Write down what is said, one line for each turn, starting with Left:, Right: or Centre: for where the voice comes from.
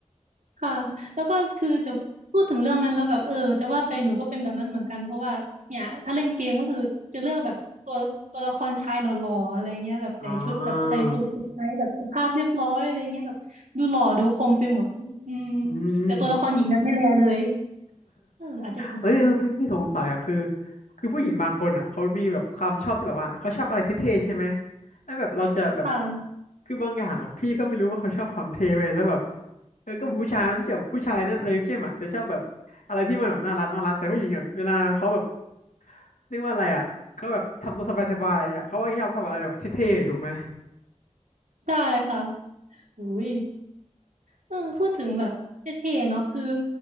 Right: ค่ะแล้วก็คือจะพูดถึงเรื่องนั้นแล้วแบบเออจะว่าไปหนูก็เป็นแบบนั้นเหมือนกันเพราะว่าเนี่ยถ้าเล่นเกมก็คือจะเลือกแบบตัวตัวละครชายหล่อๆอะไรเงี้ยแบบใส่ชุดแบบใส่สูทสุดไทยแบบสุภาพเรียบร้อยอะไรเงี้ยแบบดูหล่อดูคมไปหมดอืม
Left: อ่าอืมอืม
Right: แต่ตัวละครหญิงนั้นไม่แลเลยเอออาจจะเป็นอย่างนั้น
Left: เอ้ยเออพี่พี่สงสัยอ่ะคือคือผู้หญิงบางคนอ่ะเขามีแบบความชอบที่แบบว่าเขาชอบอะไรเท่ๆใช่ไหมแล้วแบบเราจะแบบ
Right: ค่ะ
Left: คือบางอย่างอ่ะพี่ก็ไม่รู้ว่าเขาชอบความเท่ไปแล้วแบบเออก็เหมือนผู้ชายมันจะแบบผู้ชายเนี่ยเลยเข้มอ่ะแต่ชอบแบบอะไรที่มันแบบน่ารักน่ารักแต่ผู้หญิงอ่ะเวลาเขาแบบเรียกว่าอะไรอ่ะเขาแบบทำตัวสบายๆอ่ะเขาว่าชอบความอะไรแบบเท่ๆถูกไหม
Right: ได้ค่ะอุ้ยเออพูดถึงแบบเท่ๆเนาะคือ